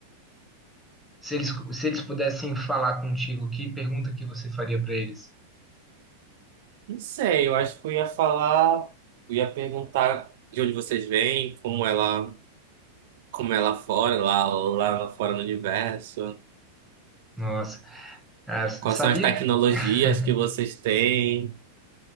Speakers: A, in the centre; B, on the right.
A: Se eles, se eles pudessem falar contigo, que pergunta que você faria para eles?
B: Não sei, eu acho que eu ia falar, eu ia perguntar de onde vocês vêm, como ela como é lá fora, lá, lá fora no universo.
A: Nossa, cara, sabia
B: Quais são as tecnologias
A: que. <laughs>
B: que vocês têm?